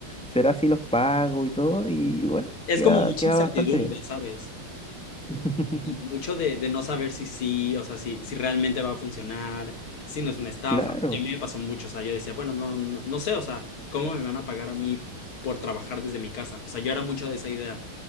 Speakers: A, in the centre; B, on the left.
A: será así los pagos y todo? Y bueno,
B: Es
A: queda,
B: como mucha
A: queda
B: incertidumbre,
A: bastante bien.
B: ¿sabes?
A: <laughs>
B: Y Mucho de, de no saber si sí, o sea, si, si realmente va a funcionar, si no es una estafa.
A: Claro.
B: Que a mí me pasó mucho, o sea, yo decía, bueno, no, no, no sé, o sea, ¿cómo me van a pagar a mí por trabajar desde mi casa? O sea, yo era mucho de esa idea.